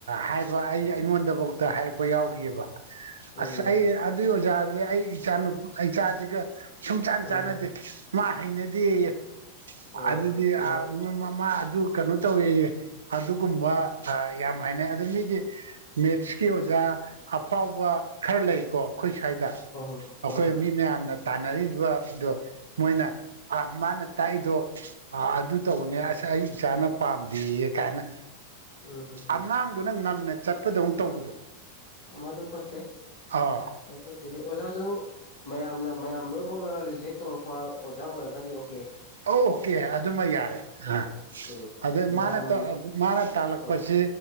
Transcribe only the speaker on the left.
ꯎꯝ
ꯎꯝ
ꯍꯝ
ꯎꯝ
ꯑꯗꯨ
ꯍꯣꯏ ꯍꯣꯏ ꯍꯣꯏ
ꯍꯣꯏ ꯍꯣꯏ
ꯎꯝ ꯍꯝ ꯍꯝ
ꯃꯗꯨ ꯐꯠꯇꯦ
ꯃꯗꯨ ꯐꯠꯇꯦꯗꯤ ꯑꯣꯖꯥ ꯅꯪ ꯃꯌꯥꯝꯅ ꯃꯌꯥꯝ ꯂꯣꯏꯝ ꯐꯥꯎꯅ ꯔꯤꯖꯦꯛ ꯇꯧꯔꯛꯄ ꯑꯣꯖꯥ ꯑꯣꯏꯔꯒꯗꯤ ꯑꫭ
ꯎꯝ
ꯎꯝ
ꯃꯌꯥꯝ
ꯎꯝ